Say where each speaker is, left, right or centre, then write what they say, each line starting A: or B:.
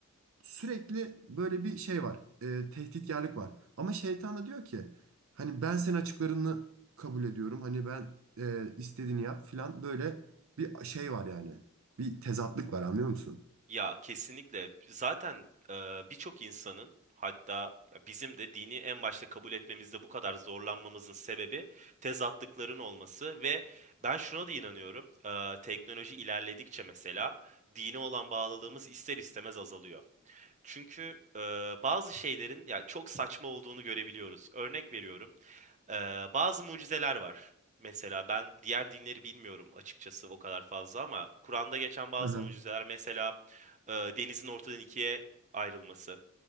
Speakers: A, on the right; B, on the right.
A: sürekli böyle bir şey var. E, tehditkarlık var. Ama şeytan da diyor ki hani ben senin açıklarını kabul ediyorum. Hani ben e, istediğini yap filan böyle bir şey var yani. Bir tezatlık var anlıyor musun?
B: Ya kesinlikle. Zaten e, birçok insanın hatta ya bizim de dini en başta kabul etmemizde bu kadar zorlanmamızın sebebi tezatlıkların olması ve ben şuna da inanıyorum. E, teknoloji ilerledikçe mesela dine olan bağlılığımız ister istemez azalıyor. Çünkü e, bazı şeylerin ya çok saçma olduğunu görebiliyoruz. Örnek veriyorum. Ee, bazı mucizeler var. Mesela ben diğer dinleri bilmiyorum açıkçası o kadar fazla ama Kur'an'da geçen bazı
A: Hı hı.
B: mucizeler mesela e, denizin ortadan ikiye ayrılması,